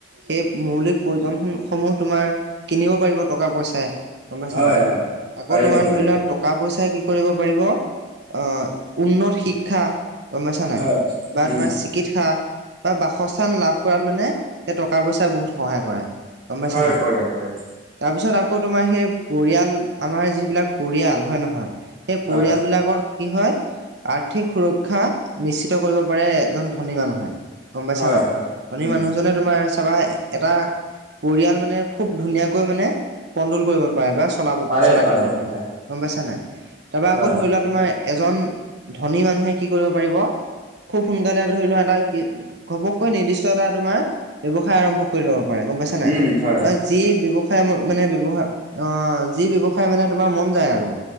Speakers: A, on the right (about 65°); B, on the right (about 50°).
A: সেই মৌলিক প্ৰয়োজনসমূহ তোমাৰ কিনিব পাৰিব টকা পইচাই। গম পাইছা
B: হয়
A: নাই।
B: হয়
A: আকৌ
B: পাৰিব
A: তোমাৰ
B: পাৰিব
A: ধৰি লোৱা টকা পইচাই কি কৰিব পাৰিব আহ উন্নত শিক্ষা গম পাইছা নাই,
B: হয়
A: বা তোমাৰ
B: উম
A: চি কিৎসা বা বাসস্থান লাভ কৰাত মানে, সেই টকা পইচাই বহুত সহায় কৰে। গম পাইছা
B: হয়
A: নাই?
B: কৰে কৰে।
A: তাৰপিছত আকৌ তোমাৰ সেই পৰিয়াল আমাৰ যিবিলাক পৰিয়াল, হয় নহয়। সেই পৰিয়ালবিলাকৰ
B: হয়
A: কি হয় আৰ্থিক সুৰক্ষা নিশ্চিত কৰিব পাৰে এজন ধনী মানুহে। গম পাইছা
B: হয়
A: নাই?
B: হয়
A: ধনী
B: উম
A: মানুহজনে তোমাৰ চাবা, এটা পৰিয়াল মানে খুব ধুনীয়াকৈ মানে কণ্ট্ৰল কৰিব পাৰে বা চলাব
B: পাৰে
A: চলাই থাকিব পাৰে।
B: হয়
A: গম পাইছা নাই? তাৰপৰা আকৌ
B: হয়
A: ধৰি লোৱা তোমাৰ এজন ধনী মানুহে কি কৰিব পাৰিব, খুব সোনকালে ধৰি লোৱা এটা কি ঘপকৈ নিৰ্দিষ্ট এটা তোমাৰ ব্যৱসায় আৰম্ভ কৰি ল'ব পাৰে, গম পাইছা নাই?
B: উম হয়
A: যি ব্যৱসায় মানে ব্যৱহাৰ, অহ, যি ব্যৱসায় মানে তোমাৰ মন যায় আৰু।